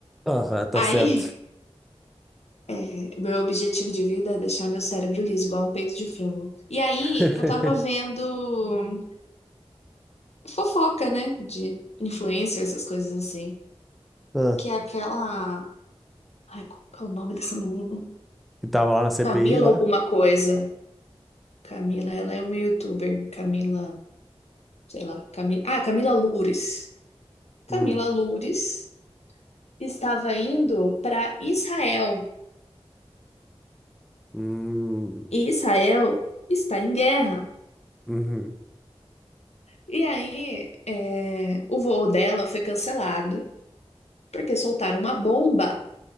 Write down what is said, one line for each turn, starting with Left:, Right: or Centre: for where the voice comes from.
Centre: Aham, tá
Left: Aí
Centre: certo.
Left: É, meu objetivo de vida é deixar meu cérebro liso, igual um peito de frango. E aí,
Centre: <laughs>
Left: eu tava vendo fofoca, né? De influência essas coisas assim.
Centre: Ah,
Left: Que é aquela. Ai, qual qual é o nome dessa menina?
Centre: e tava lá na CPI
Left: Camila
Centre: lá?
Left: alguma coisa. Camila, ela é uma youtuber. Camila, sei lá. Camila... Ah, Camila Loures. Camila
Centre: Hum,
Left: Loures estava indo para Israel.
Centre: hum,
Left: E Israel está em guerra.
Centre: uhum.
Left: E aí, é, o voo dela foi cancelado porque soltaram uma bomba